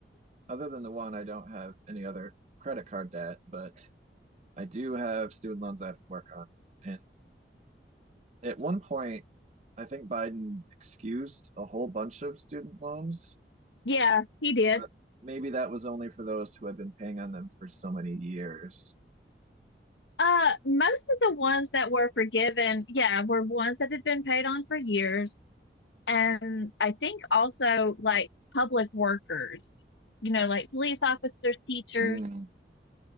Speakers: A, on the right; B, on the left.
A: other than the one, I don't have any other credit card debt, but I do have student loans I have to work on. And at one point, I think Biden excused a whole bunch of student loans,
B: Yeah, he did.
A: but maybe that was only for those who have been paying on them for so many years.
B: Uh, most of the ones that were forgiven, yeah, were ones that had been paid on for years. And I think also like public workers, you know, like police officers, teachers.
A: Mm,